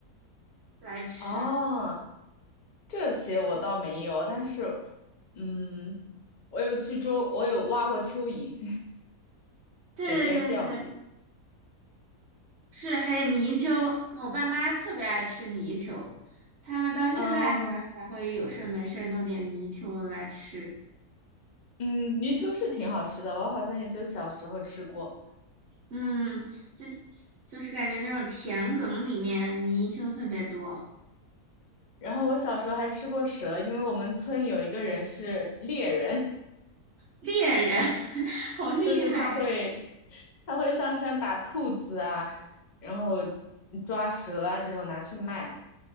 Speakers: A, on the right; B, on the left.
A: 来吃。
B: 哦，这些我倒没有，但是嗯，我有去捉，我有挖过蚯蚓，<laughs>
A: 对对对对对，
B: 给别人钓鱼。
A: 是，还有泥鳅，那我爸妈特别爱吃泥鳅，他们到现在还还会有事儿没事儿弄点泥鳅来吃。
B: 嗯嗯，泥鳅是挺好吃的，我好像也就小时候吃过。
A: 嗯，就是就是感觉那种田埂里面泥鳅特别多，
B: 然后我小时候还吃过蛇，因为我们村有一个人是猎人，
A: 猎人 <laughs>
B: <laughs>
A: 好厉害呀！
B: 就是他会他会上山打兔子啊，然后抓蛇啊这种拿去卖。